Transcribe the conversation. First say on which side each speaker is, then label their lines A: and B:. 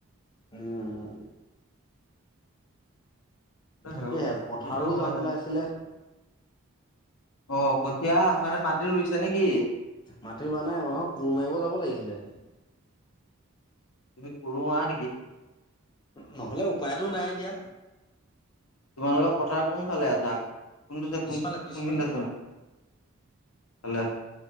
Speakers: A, on the left; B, on the left.
A: উম।
B: সেইটো
A: তাকেহে পথাৰো
B: কিনো হ'ব
A: যাবলৈ
B: জানো
A: আছিলে।
B: অ' কঠীয়া মানে মাটি ৰুইছে নেকি?
A: মাটি ৰুৱা নাই অহ' কোৰ মাৰিব যাব লাগিছিলে।
B: তুমি কোৰো মাৰা নেকি।
A: নহ'লে উপায়তো নাই এতিয়া।
B: তোমালোকৰ পথাৰ কোন ফালে আছা, কোনটো
A: পিছফালে
B: কোন কোনখিনি
A: পিছফালে।
B: আছে মানে। <unintelligible>